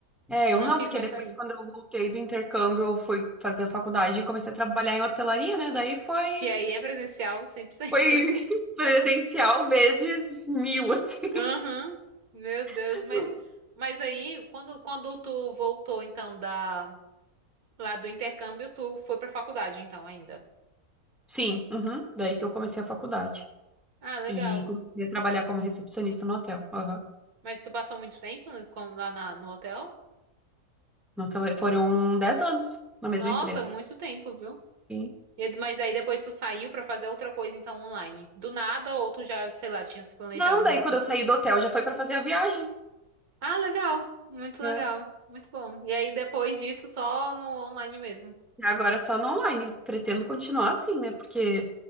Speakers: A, in the centre; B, on the right.
A: É,
B: e
A: eu
B: não
A: não,
B: quis
A: porque
B: mais
A: depois
B: sair.
A: quando eu voltei do intercâmbio, eu fui fazer a faculdade e comecei a trabalhar em hotelaria, né? Daí foi,
B: Que aí é presencial 100%.
A: foi <laughs> presencial vezes mil, assim.
B: <laughs> Aham. Meu Deus,
A: <laughs>
B: mas mas aí quando quando tu voltou então da lá do intercâmbio, tu foi pra faculdade então ainda.
A: Sim, uhum. Daí que eu comecei a faculdade.
B: Ah, legal.
A: E comecei a trabalhar como recepcionista no hotel. Aham.
B: Mas tu passou muito tempo no, com- lá na- no hotel?
A: No hotel, foram dez anos na mesma
B: Nossa,
A: empresa.
B: muito tempo, viu?
A: Sim.
B: E- Mas aí depois tu saiu pra fazer outra coisa, então, online. Do nada, ou tu já, sei lá, tinha se planejado
A: Não, daí
B: mesmo.
A: quando eu saí do hotel já foi para fazer a viagem.
B: Ah, legal. Muito
A: né?
B: legal. Muito bom. E aí depois disso, só no online mesmo.
A: E agora é só no online. Pretendo continuar assim, né? Porque